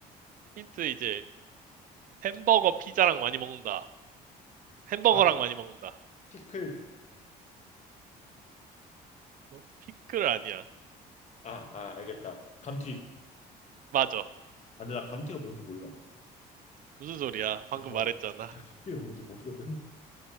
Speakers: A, on the right; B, on the left.
A: 힌트 이제 햄버거, 피자랑 많이 먹는다. 햄버거랑
B: 아,
A: 많이 먹는다.
B: 피클.
A: 어? 피클 아니야.
B: 아, 아, 알겠다. 감튀.
A: 맞아.
B: 아, 근데 나 감튀가 뭔지 몰라.
A: 무슨 소리야? 방금
B: <laughs>
A: 말했잖아.
B: 나 감튀가 뭔지 모르거든.